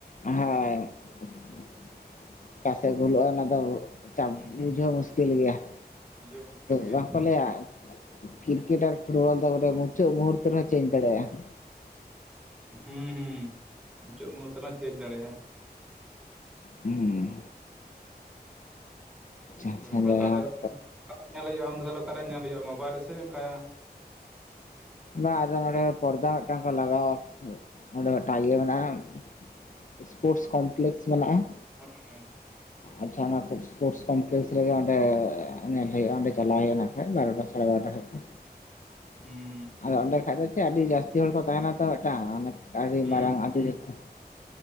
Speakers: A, on the left; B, in the centre.
A: ᱦᱚᱭ ᱾ ᱚᱠᱟ ᱥᱮᱫ ᱜᱳᱞᱳᱜᱼᱟ ᱚᱱᱟ ᱫᱚ ᱪᱟᱯ
B: ᱦᱩᱸ
A: ᱵᱩᱡ ᱦᱚᱸ ᱢᱩᱥᱠᱤᱞ ᱜᱮᱭᱟ ᱾
B: ᱵᱩᱡᱷᱟᱹᱣ ᱢᱩᱥᱠᱤᱞ ᱜᱮᱭᱟ
A: ᱵᱟᱝ ᱠᱚ ᱞᱟᱹᱭᱟᱼᱼ ᱠᱤᱨᱠᱮᱴ ᱟᱨ ᱯᱷᱩᱴᱵᱚᱞ ᱫᱚ ᱢᱩᱪᱟᱹᱫ ᱢᱩᱦᱩᱨᱛᱚ ᱨᱮ ᱦᱚᱸ ᱪᱮᱧᱡ ᱫᱟᱲᱮᱭᱟᱜᱼᱟ ᱾
B: ᱦᱩᱸ ᱦᱩᱸ ᱢᱩᱪᱟᱹᱫ ᱢᱩᱦᱩᱨᱛᱚ ᱨᱮ ᱪᱮᱧᱡ ᱫᱟᱲᱮᱭᱟᱜᱼᱟ ᱾
A: ᱦᱩᱸᱻ
B: ᱚᱝᱠᱟ
A: ᱟᱪᱪᱷᱟ
B: ᱵᱮᱯᱟᱨ
A: ᱡᱟᱭᱦᱳᱠ
B: ᱛᱟᱦᱚᱞᱮ ᱧᱮᱞ ᱦᱩᱭᱩᱜᱼᱟ ᱩᱱ ᱫᱚ ᱚᱠᱟᱨᱮ ᱧᱮᱞ ᱦᱩᱭᱩᱜᱼᱟ ᱢᱳᱵᱟᱭᱤᱞ ᱨᱮ ᱥᱮ ᱚᱱᱠᱟ ᱼᱼ
A: ᱵᱟᱝ ᱟᱫᱚ ᱱᱚᱸᱰᱮ ᱯᱚᱨᱫᱟ ᱢᱤᱫᱴᱟᱝ ᱠᱚ ᱞᱟᱜᱟᱣᱟ ᱚᱸᱰᱮ ᱢᱤᱫᱴᱟᱝ ᱤᱭᱟᱹ ᱢᱮᱱᱟᱜᱼᱟ ᱾ ᱥᱯᱳᱨᱴᱥ ᱠᱚᱢᱯᱞᱮᱠᱥ ᱢᱮᱱᱟᱜᱼᱟ ᱾
B: <unintelligible>
A: ᱟᱪᱪᱷᱟ ᱚᱱᱟ ᱥᱯᱳᱨᱴᱥ ᱠᱚᱢᱯᱞᱮᱠᱥ ᱨᱮᱜᱮ ᱚᱸᱰᱮ ᱧᱮᱞ ᱦᱳᱭᱳᱜᱼᱟ ᱚᱸᱰᱮ ᱪᱟᱞᱟᱜ ᱦᱩᱭᱩᱜᱼᱟ ᱠᱷᱟᱡ ᱵᱟᱨᱚᱴᱟ ᱥᱟᱲᱮ ᱵᱟᱨᱚᱴᱟ ᱛᱮᱼᱼ
B: ᱦᱩᱸ ᱾
A: ᱟᱫᱚ ᱚᱸᱰᱮ ᱠᱷᱟᱡ ᱫᱚ ᱪᱮᱫ ᱟᱹᱰᱤ ᱡᱟᱹᱥᱛᱤ ᱦᱚᱲ ᱠᱚ ᱛᱟᱦᱮᱱᱟ ᱛᱚ ᱢᱤᱫᱴᱟᱝ ᱟᱹᱰᱤ
B: ᱦᱩᱸ
A: ᱢᱟᱨᱟᱝ ᱟᱹᱰᱤ <unintelligible> ᱼᱼ